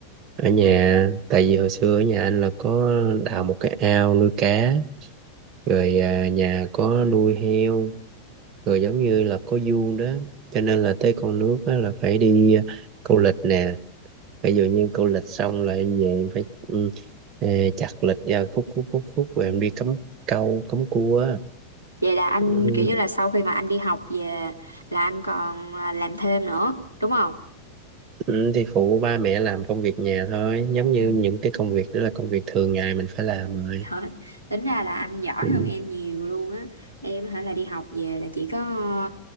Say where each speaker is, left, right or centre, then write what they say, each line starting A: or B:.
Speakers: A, on the right; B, on the right.
A: ở nhà tại vì hồi xưa ở nhà anh là có đào một cái ao nuôi cá rồi à, nhà có nuôi heo rồi giống như là có vuông đó cho nên là tới con nước á, là phải đi à, câu lịch nè ví dụ như câu lịch xong là em về em phải ừ, ờ, chặt lịch ra khúc khúc khúc khúc rồi em đi cắm câu cắm cua á.
B: Vậy là anh
A: ừ,
B: kiểu như là sau khi mà anh đi học về là anh còn à, làm thêm nữa, đúng không?
A: ừ, thì phụ ba mẹ làm công việc nhà thôi giống
B: Ừ.
A: như những cái công việc đó là công việc thường ngày mình phải làm rồi
B: Trời, tính ra là anh giỏi
A: Ừ.
B: hơn em nhiều luôn á em hả là đi học về là chỉ có